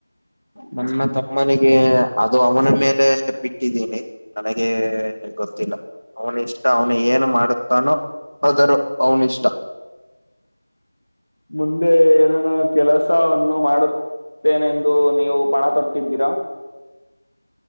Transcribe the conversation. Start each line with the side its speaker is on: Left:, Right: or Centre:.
Right: ನನ್ನ ತಮ್ಮನಿಗೆ ಅದು ಅವನ ಮೇಲೆ ಬಿಟ್ಟಿದ್ದೀನಿ ನನಗೆ ಗೊತ್ತಿಲ್ಲ ಅವನ ಇಷ್ಟ ಅವನು ಏನು ಮಾಡುತ್ತಾನೋ ಆದರ ಅವನ ಇಷ್ಟ
Left: ಮುಂದೆ ಏನೇನು ಕೆಲಸವನ್ನು ಮಾಡುತ್ತೇನೆಂದು ನೀವು ಪಣ ತೊಟ್ಟಿದ್ದೀರಾ